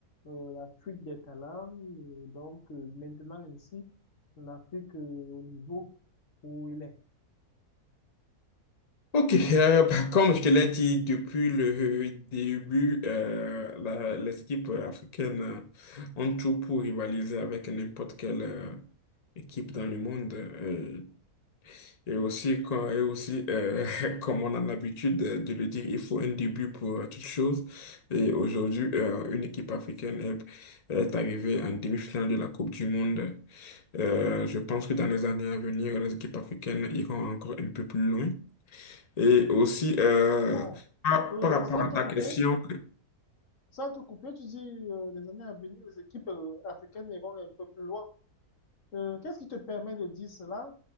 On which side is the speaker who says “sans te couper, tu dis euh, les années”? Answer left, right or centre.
Left